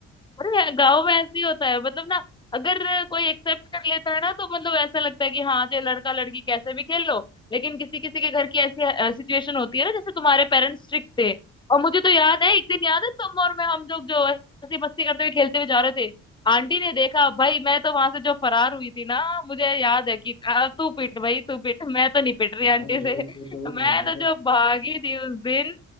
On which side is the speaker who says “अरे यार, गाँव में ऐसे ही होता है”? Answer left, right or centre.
Left